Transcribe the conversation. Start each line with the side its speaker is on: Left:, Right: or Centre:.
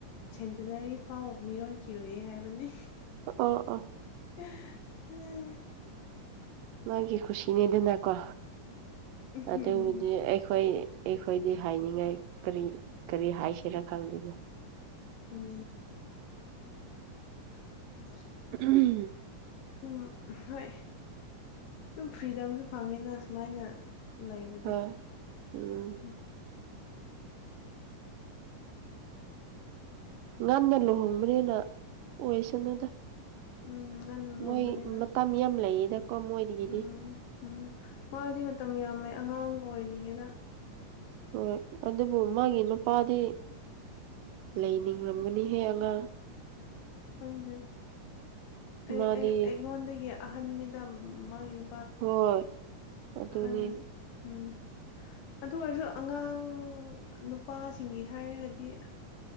Left: ꯁꯦꯟꯇꯅꯔꯤ ꯐꯥꯎ ꯃꯤꯔꯣꯟꯈꯤꯔꯣꯏꯌꯦ ꯍꯥꯏꯕꯅꯤ
Right: ꯑꯣ ꯑꯣ
Left: <unintelligible>
Right: ꯃꯥꯒꯤ ꯈꯨꯁꯤꯅꯦꯗꯅꯀꯣ
Left: ꯎꯝ
Right: ꯑꯗꯨꯕꯨꯗꯤ ꯑꯩꯈꯣꯏ ꯑꯩꯈꯣꯏꯗꯤ ꯍꯥꯏꯅꯤꯡꯉꯥꯏ ꯀꯔꯤ ꯀꯔꯤ ꯍꯥꯏꯁꯤꯔꯥ ꯈꯪꯗꯦꯅꯦ
Left: ꯎꯝ <inaudible>
Right: ꯎꯝ
Left: ꯑꯗꯨꯝ ꯍꯣꯏ ꯑꯗꯨꯝ ꯐ꯭ꯔꯤꯗꯝꯁꯨ ꯐꯪꯉꯤꯅ ꯁꯨꯃꯥꯏꯅ ꯂꯩꯕꯗꯤ
Right: ꯍꯣꯏ ꯎꯝ
Left: ꯎꯝ
Right: ꯉꯟꯅ ꯂꯨꯍꯣꯡꯕꯅꯤꯅ ꯑꯣꯏꯁꯅꯨꯗ
Left: ꯎꯝ ꯉꯟꯅ ꯂꯨꯍꯣꯡꯕꯅꯤꯅ
Right: ꯃꯣꯏ ꯃꯇꯝ ꯌꯥꯝ ꯂꯩꯌꯦꯗꯀꯣ ꯃꯣꯏꯗꯒꯤꯗꯤ
Left: ꯎꯝ ꯎꯝ ꯃꯥꯗꯤ ꯃꯇꯝ ꯌꯥꯝ ꯂꯩ ꯑꯉꯥꯡ ꯑꯣꯏꯔꯤꯌꯦꯗ
Right: ꯍꯣꯏ ꯑꯗꯨꯕꯨ ꯃꯥꯒꯤ ꯅꯨꯄꯥꯗꯤ ꯂꯩꯅꯤꯡꯔꯝꯒꯅꯤꯍꯦ ꯑꯉꯥꯡ
Left: ꯈꯪꯗꯦ ꯑꯩ
Right: ꯃꯥꯗꯤ
Left: ꯑꯩ ꯑꯩꯉꯣꯟꯗꯒꯤ ꯑꯍꯟꯅꯤꯗ ꯃꯥꯒꯤ ꯅꯨ
Right: ꯍꯣꯏ ꯑꯗꯨꯅꯤ
Left: ꯑꯍꯟ ꯎꯝ ꯑꯗꯨ ꯑꯣꯏꯔꯁꯨ ꯑꯉꯥꯡ ꯅꯨꯄꯥꯁꯤꯡꯒꯤ ꯍꯥꯏꯔꯒꯗꯤ